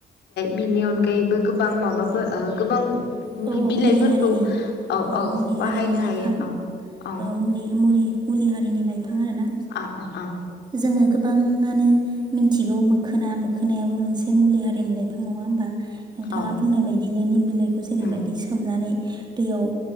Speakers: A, on the left (about 75°); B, on the right (about 25°).
A: बिनि अनगायैबो गोबां माबा ओ गोबां
B: औ
A: बिलाइफोरखौ
B: मुलि हारिनि
A: औ औ
B: मुलि
A: बाहायनो
B: हारिनि लाइफां
A: हायो औ औ
B: मुलि मुलि मुलि हारिनि लाइ बिफां आरोना
A: आ आ आ
B: जोङो गोबाङानो मिथिगौ मोखोना मोखोनायाबो मोनसे मुलि हारिनि लाइफां नङा होमबा नोंथाङा
A: औ
B: बुंनाय बायदि दिनो निम बिलाइ बेखौ जेरैबायदि
A: उम
B: सोमनानै दैयाव